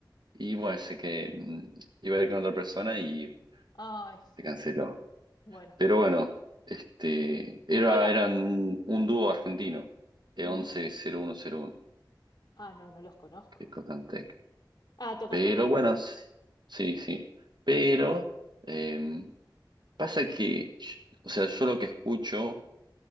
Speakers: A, on the right; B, on the left.
A: Y bueno, sé que mm, iba a ir con otra persona y
B: Ay,
A: se canceló.
B: bueno.
A: Pero bueno, este, era,
B: Y para.
A: eran un, un dúo argentino, e
B: Mm,
A: once cero uno cero uno
B: Ah, no, no los conozco.
A: que tocan tech.
B: Ah, tocan
A: Pero
B: tecno.
A: bueno, sí, sí. sí. Pero... em, Pasa que, o sea, yo lo que escucho